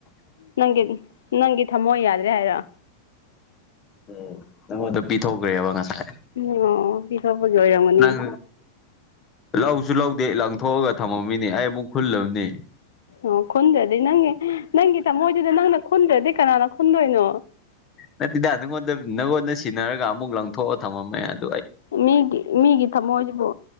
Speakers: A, on the left; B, on the left.
A: ꯅꯪꯒꯤ ꯅꯪꯒꯤ ꯊꯝꯃꯣ ꯌꯥꯗ꯭ꯔꯦ ꯍꯥꯏꯔ
B: ꯎ ꯅꯪꯉꯣꯗꯣ ꯄꯤꯊꯣꯛꯈ꯭ꯔꯦꯕ ꯉꯁꯥꯏ
A: ꯎ ꯑꯣ ꯏ ꯁꯄꯒꯤ ꯑꯣꯏꯔꯝꯒꯅꯤ
B: ꯅꯪ ꯂꯧꯁꯨ ꯂꯧꯗꯦ ꯂꯪꯊꯣꯛꯑꯒ ꯊꯝꯃꯝꯃꯤꯅꯦ ꯑꯩ ꯑꯃꯨꯛ ꯈꯨꯜꯂꯕꯅꯤ
A: ꯑꯣ ꯈꯨꯨꯟꯗ꯭ꯔꯗꯤ ꯅꯪꯒꯤ ꯅꯪꯒꯤ ꯇꯃꯣꯏꯗꯨꯗ ꯅꯪꯅ ꯈꯨꯟꯗ꯭ꯔꯗꯤ ꯀꯅꯥꯅ ꯈꯨꯟꯗꯣꯏꯅꯣ
B: ꯅꯠꯇꯦꯗ ꯅꯪꯉꯣꯟꯗ ꯅꯪꯉꯣꯟꯗ ꯁꯤꯟꯅꯔꯒ ꯑꯃꯨꯛ ꯂꯪꯊꯣꯛꯑ ꯊꯝꯃꯝꯃꯦꯗ
A: ꯃꯤꯒꯤ ꯃꯤꯒꯤ ꯊꯝꯃꯣꯏꯁꯤꯕꯨ